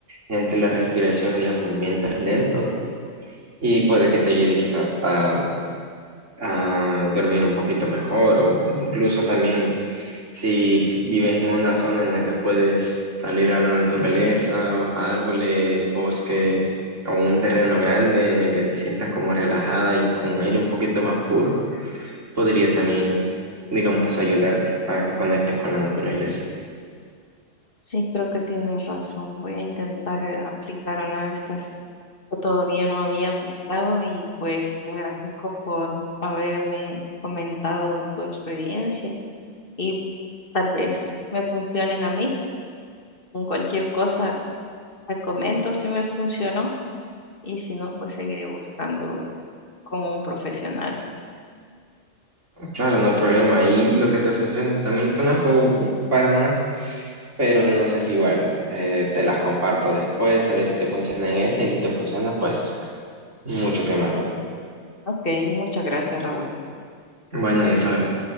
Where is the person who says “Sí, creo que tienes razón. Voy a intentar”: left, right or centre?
Left